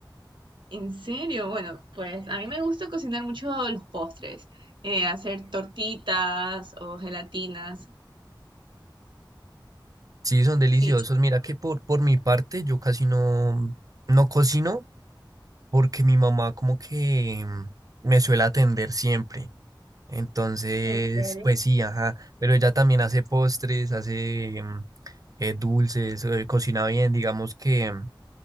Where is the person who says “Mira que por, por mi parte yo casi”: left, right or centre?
Right